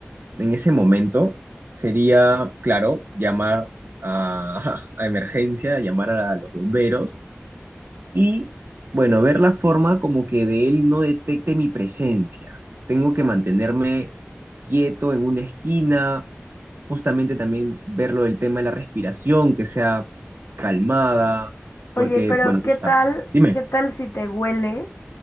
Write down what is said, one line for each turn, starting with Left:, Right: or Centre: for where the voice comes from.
Right: en ese momento sería, claro, llamar a, <laughs> a emergencia, llamar a los bomberos y, bueno, ver la forma como que de él no detecte mi presencia. Tengo que mantenerme quieto en una esquina, justamente también ver lo del tema de la respiración, que sea calmada, porque,
Left: Oye, pero
Right: bueno, tú
Left: ¿qué
Right: sabes.
Left: tal?
Right: Dime.
Left: ¿Qué tal si te huele?